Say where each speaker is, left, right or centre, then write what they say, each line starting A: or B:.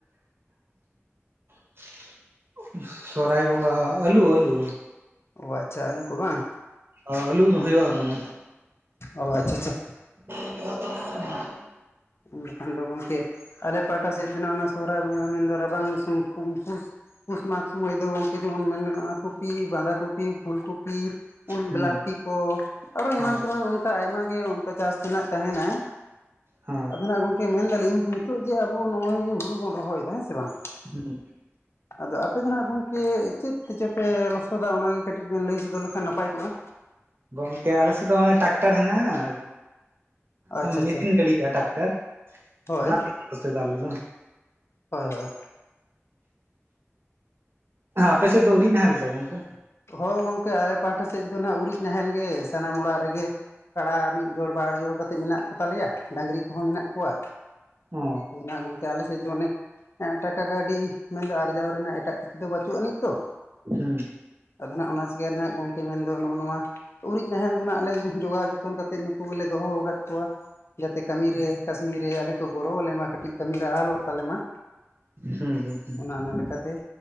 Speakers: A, on the right; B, on the left.
A: <inaudible> ᱥᱚᱨᱦᱟᱭ ᱵᱚᱸᱜᱟ ᱟᱹᱞᱩ ᱟᱹᱞᱩ
B: ᱚ ᱟᱪᱪᱷᱟ ᱟᱞᱩ ᱠᱚ ᱵᱟᱝ
A: ᱚ ᱟᱹᱞᱩ ᱫᱚ ᱦᱩᱭᱩᱜᱼᱟ ᱛᱚ ᱚᱱᱮ
B: ᱚ ᱟᱪᱪᱷᱟ ᱟᱪᱪᱷᱟ
A: <inaudible>
B: ᱵᱟ ᱠᱷᱟᱱ ᱫᱚ ᱜᱚᱝᱠᱮ ᱟᱞᱮ ᱯᱟᱦᱴᱟ ᱥᱮᱫ ᱛᱮ ᱚᱱᱟ ᱥᱚᱦᱨᱟᱭ ᱵᱚᱸᱜᱟ ᱢᱮᱱ ᱫᱚ ᱨᱟᱵᱟᱝ ᱩᱱᱠᱩ ᱯᱩᱥ ᱢᱟᱜᱽ ᱥᱚᱢᱚᱭ ᱫᱚ ᱜᱚᱢᱠᱮ ᱡᱮᱢᱚᱱ ᱢᱮᱱ ᱜᱟᱱᱚᱜᱼᱟ᱾ ᱠᱚᱯᱤ ᱵᱟᱸᱫ ᱠᱚᱯᱤ ᱯᱷᱩᱞ ᱠᱚᱯᱤ
A: ᱦᱩᱸ
B: ᱵᱮᱞᱟᱛᱤ ᱠᱚ ᱟᱨᱚ
A: ᱦᱚᱸ
B: ᱮᱢᱟᱱ ᱛᱮ ᱢᱟᱱ ᱚᱱᱠᱟ ᱟᱭᱢᱟ ᱜᱮ ᱚᱱᱠᱟ ᱪᱟᱥ ᱨᱮᱱᱟᱜ ᱛᱟᱦᱮᱱᱟ᱾
A: ᱦᱚᱸ
B: ᱟᱫᱚ ᱜᱚᱝᱠᱮ ᱢᱮᱱ ᱮᱫᱟᱞᱤᱧ ᱱᱤᱛᱚᱜ ᱡᱮᱵᱚ ᱱᱚᱜᱼᱚᱭ ᱡᱮ ᱦᱩᱲᱩ ᱵᱚᱱ ᱨᱚᱦᱚᱭᱮᱫᱟ ᱦᱮᱸ ᱥᱮ ᱵᱟᱝ
A: ᱦᱮᱸ
B: <inaudible> ᱟᱫᱚ ᱟᱯᱮ ᱫᱚ ᱱᱟᱜ ᱜᱚᱝᱠᱮ ᱪᱮᱫ ᱛᱮ ᱪᱚᱯᱮ ᱞᱚᱥᱚᱫᱟ ᱚᱱᱟᱜᱮ ᱠᱟᱹᱴᱤᱡ ᱵᱮᱱ ᱞᱟᱹᱭ ᱥᱚᱫᱚᱨ ᱞᱮᱠᱷᱟᱱ ᱱᱟᱯᱟᱭ ᱠᱚᱜᱼᱟ᱾
A: ᱜᱚᱝᱠᱮ ᱟᱞᱮᱥᱮᱫ ᱫᱚ ᱚᱱᱮ ᱴᱨᱟᱠᱴᱟᱨ ᱦᱮᱱᱟᱜᱼᱟ᱾
B: ᱟᱪᱪᱷᱟ ᱟᱪᱪᱷᱟ
A: ᱢᱮᱫᱤᱱ ᱜᱟᱹᱲᱤ ᱦᱤᱡᱩᱜ-ᱟ ᱴᱟᱠᱴᱟᱨ
B: ᱦᱳᱭ
A: ᱚᱱᱟ ᱛᱮᱜᱮ ᱞᱮ ᱞᱚᱥᱚᱫᱟ ᱟᱞᱮ ᱫᱚ
B: ᱦᱳᱭ ᱦᱳᱭ
A: ᱟᱯᱮ ᱥᱮᱫ ᱫᱚ ᱩᱨᱤᱡ ᱱᱟᱦᱮᱞ ᱥᱮ ᱜᱚᱝᱠᱮ
B: ᱦᱳᱭ ᱜᱚᱝᱠᱮ ᱟᱞᱮ ᱯᱟᱦᱴᱟ ᱥᱮᱫ ᱫᱚ ᱱᱟᱜ ᱩᱨᱤᱡ ᱱᱟᱦᱮᱞ ᱜᱮ ᱥᱟᱱᱟᱢ ᱚᱲᱟᱜ ᱨᱮᱜᱮ᱾ ᱠᱟᱲᱟ ᱢᱤᱫ ᱡᱳᱲ ᱵᱟᱨ ᱡᱚᱲ ᱠᱟᱛᱮᱫ ᱢᱮᱱᱟᱜ ᱠᱚᱛᱟ ᱞᱮᱭᱟ ᱰᱟᱝᱨᱤ ᱠᱚᱦᱚᱸ ᱢᱮᱱᱟᱜ ᱠᱚᱣᱟ᱾
A: ᱚ
B: ᱦᱚ ᱜᱚᱢᱠᱮ ᱟᱞᱮᱼᱼ ᱪᱮᱜ ᱪᱚ ᱚᱱᱮ ᱴᱟᱠᱟ ᱠᱟᱹᱣᱰᱤ ᱢᱮᱱᱫᱚ ᱟᱨᱡᱟᱣ ᱨᱮᱱᱟᱜ ᱮᱴᱟᱜ ᱠᱤᱪᱷᱩ ᱫᱚ ᱵᱟᱪᱩᱜ ᱟᱹᱱᱤᱡ ᱛᱚᱼᱼ
A: ᱦᱩᱸᱼᱼ
B: ᱟᱫᱚ ᱦᱟᱜ ᱚᱱᱟ ᱪᱤᱠᱟᱹ ᱱᱟᱜ ᱜᱚᱝᱠᱮ ᱢᱮᱱᱫᱚ ᱱᱚᱜᱼᱚ ᱱᱚᱣᱟ᱾ ᱩᱨᱤᱡ ᱱᱟᱦᱮᱞ ᱫᱚ ᱱᱟᱜ ᱟᱞᱮ ᱡᱚᱜᱟᱣ ᱡᱚᱛᱚᱱ ᱠᱟᱛᱮᱫ ᱱᱩᱠᱩ ᱜᱮᱞᱮ ᱫᱚᱦᱚ ᱟᱠᱟᱫ ᱠᱚᱣᱟ᱾ ᱡᱟᱛᱮ ᱠᱟᱹᱢᱤᱨᱮ
A: ᱦᱩᱸ
B: ᱠᱟᱹᱥᱱᱤᱨᱮ ᱟᱞᱮ ᱠᱚ ᱜᱚᱲᱚ ᱟᱞᱮ ᱢᱟ ᱠᱟᱹᱴᱤᱡ ᱠᱟᱹᱢᱤᱨᱮ ᱟᱞᱚᱜ ᱛᱟᱞᱮᱢᱟ᱾
A: ᱦᱩᱸ ᱦᱩᱸ
B: ᱚᱱᱟ ᱚᱱᱟ ᱞᱮᱠᱟᱛᱮ